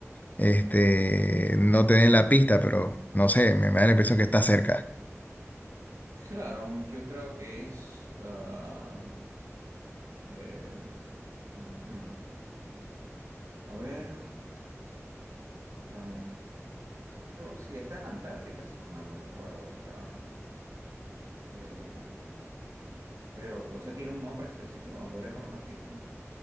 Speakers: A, on the left; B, on the right.
A: este, no te den la pista, pero no sé, me, me da la impresión que está cerca.
B: Claro, yo creo que es... ah, em, ujú. A ver, dame creo, sí, está en la Antártica, si mal no recuerdo. O sea, eh, pero, o sea, ¿tiene un nombre específico? ¿Me podrías dar una pista?